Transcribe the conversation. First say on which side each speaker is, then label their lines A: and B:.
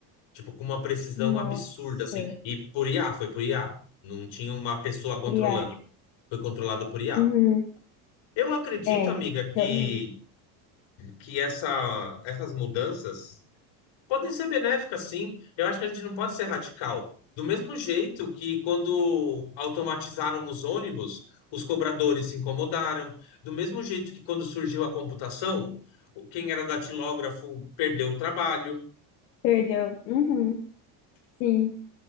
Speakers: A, on the left (about 60°); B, on the left (about 80°).
A: Tipo, com uma precisão
B: Nossa,
A: absurda, assim. E por IA, foi por IA. Não tinha uma pessoa controlando.
B: Priá.
A: Foi controlado por IA.
B: Uhum.
A: Eu acredito,
B: É,
A: amiga, que,
B: realmente.
A: que essa, essas mudanças podem ser benéficas, sim. Eu acho que a gente não pode ser radical. Do mesmo jeito que quando automatizaram os ônibus, os cobradores se incomodaram. Do mesmo jeito que quando surgiu a computação, quem era datilógrafo perdeu o trabalho.
B: Perdeu. Uhum. Sim.